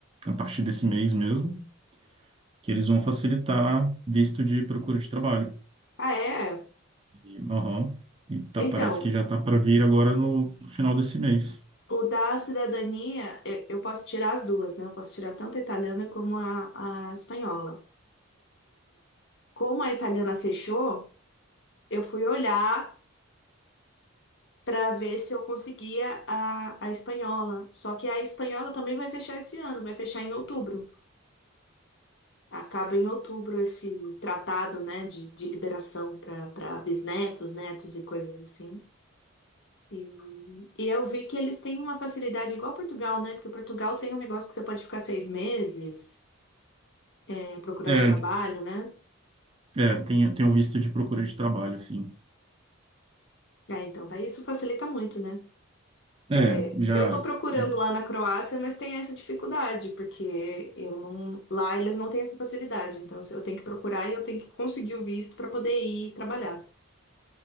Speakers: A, on the right; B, on the left.
A: a partir desse mês mesmo, que eles vão facilitar visto de procura de trabalho.
B: Ah, é?
A: E, aham, e tá,
B: Então,
A: parece que já tá para vir agora no, no final desse mês.
B: o da cidadania, eu eu posso tirar as duas, né? Eu posso tirar tanto a italiana como a, a espanhola. Como a italiana fechou, eu fui olhar para ver se eu conseguia a, a espanhola. Só que a espanhola também vai fechar esse ano, vai fechar em outubro. Acaba em outubro esse tratado, né, de, de liberação para para bisnetos, netos e coisas assim. E, e eu vi que eles têm uma facilidade igual a Portugal, né? Porque Portugal tem um negócio que você pode ficar seis meses, é, procurando
A: É,
B: trabalho, né?
A: é, tem, tem um visto de procura de trabalho, assim.
B: É, então, daí isso facilita muito, né?
A: É,
B: É,
A: já,
B: eu estou procurando
A: é,
B: lá na Croácia, mas tem essa dificuldade, porque eu não, lá eles não têm essa facilidade. Então, se eu tenho que procurar e eu tenho que conseguir o visto para poder ir trabalhar.